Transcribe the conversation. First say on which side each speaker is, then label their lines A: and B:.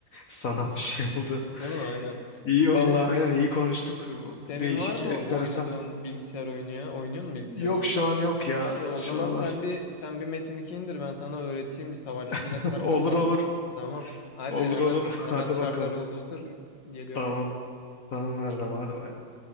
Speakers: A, on the left; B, on the left.
A: sanal bir şey olduğunu.
B: Değil mi? Aynen.
A: İyi
B: Senin
A: vallahi aynen iyi konuştuk.
B: senin
A: Değişik,
B: var mı
A: enteresan.
B: oynadığın bilgisayar oyunu ya? Oynuyor musun bilgisayar
A: Yok
B: oyunu?
A: şu an yok ya
B: İyi o
A: şu
B: zaman
A: aralar.
B: sen bir sen bir Metin 2 indir ben sana öğreteyim bir savaşçıyla
A: <laughs>
B: çar
A: Olur
B: kasalım.
A: olur.
B: Tamam. Hadi
A: Olur
B: hemen
A: olur. <laughs>
B: hemen
A: Hadi
B: çarları
A: bakalım.
B: oluştur. Geliyorum
A: Tamam.
B: ben. de.
A: Tamam Erdem hadi bay. bay.